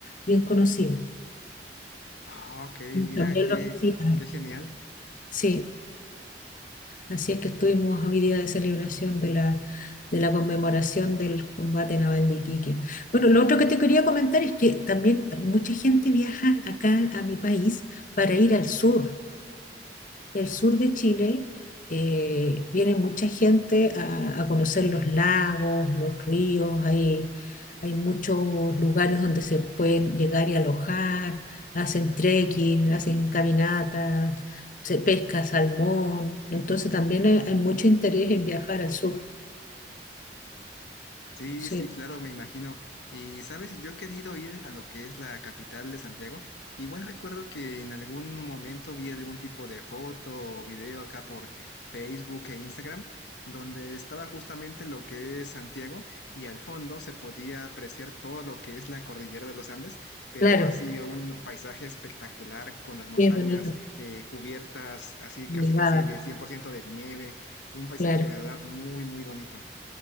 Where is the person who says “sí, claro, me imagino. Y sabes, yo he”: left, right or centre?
Left